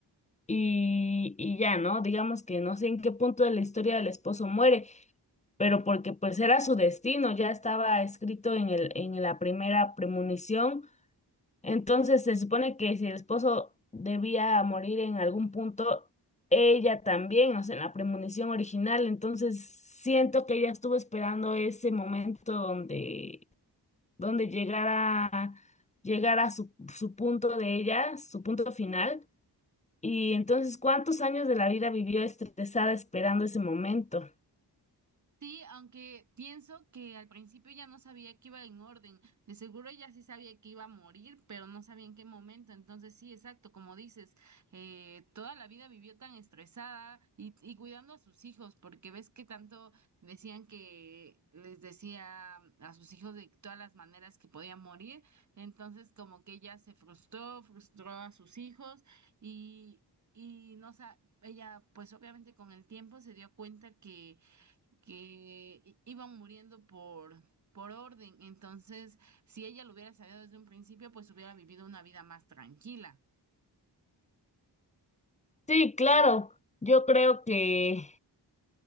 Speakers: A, on the left; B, on the right.
A: y, y ya, ¿no? Digamos que no sé en qué punto de la historia del esposo muere, pero porque pues era su destino, ya estaba escrito en el, en la primera premonición entonces se supone que si el esposo debía morir en algún punto, ella también, o sea, en la premonición original, entonces siento que ella estuvo esperando ese momento donde, donde llegara, llegara su, su punto de ella, su punto final. Y entonces, ¿cuántos años de la vida vivió estresada esperando ese momento?
B: Sí, aunque pienso que al principio ya no sabía que iba en orden. De seguro ya sí sabía que iba a morir, pero no sabía en qué momento. Entonces sí, exacto, como dices, eh, toda la vida vivió tan estresada y, y cuidando a sus hijos, porque ves que tanto decían que les decía a sus hijos de todas las maneras que podían morir. Entonces como que ella se frustró, frustró a sus hijos y... Y no, sa- ella pues obviamente con el tiempo se dio cuenta que, que i- iban muriendo por, por orden. Entonces, si ella lo hubiera sabido desde un principio, pues hubiera vivido una vida más tranquila.
A: Sí, claro, yo creo que,